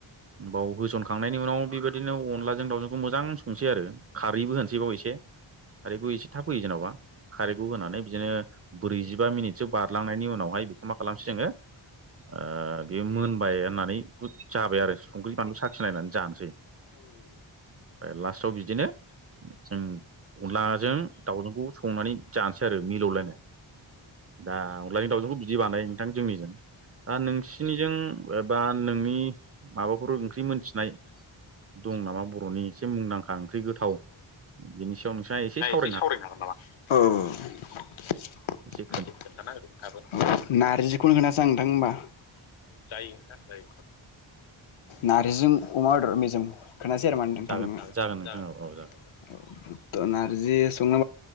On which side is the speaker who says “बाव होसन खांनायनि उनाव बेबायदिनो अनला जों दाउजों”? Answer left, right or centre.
Right